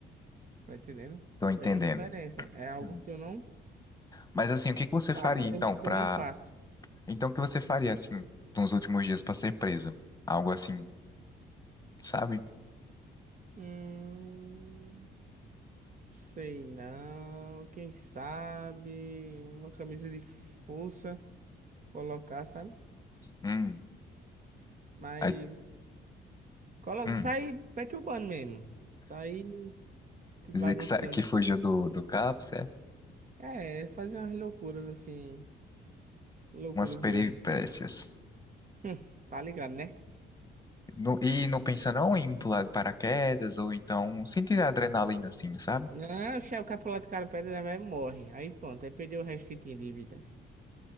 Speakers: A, on the right (about 40°); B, on the left (about 20°).
A: Tá entendendo?
B: tô entendendo.
A: Tem uma diferença. É algo
B: Hum.
A: que eu não.
B: Mas assim, o que que você
A: pa-
B: faria
A: É um
B: então
A: limite
B: pra.
A: que eu não passo.
B: Então o que você faria assim nos últimos dias pra ser preso? Algo assim, sabe?
A: Hum, sei não. Quem sabe uma camisa de força colocar, sabe?
B: Hum.
A: Mas
B: Aí,
A: Coloca,
B: hum.
A: sai perturbando mesmo. Sai bagunçando.
B: Dizer que, sa- que fugiu do, do CAPS, é?
A: É, fazer umas loucuras assim. Loucuras
B: umas peripécias.
A: meio. Hum, tá ligado, né?
B: No- e não pensa não em pular de paraquedas ou então sentir a adrenalina assim, sabe?
A: Não, o chefe capulado do cara pedra ele vai e morre. Aí pronto, aí perdeu o resto que tinha de vida.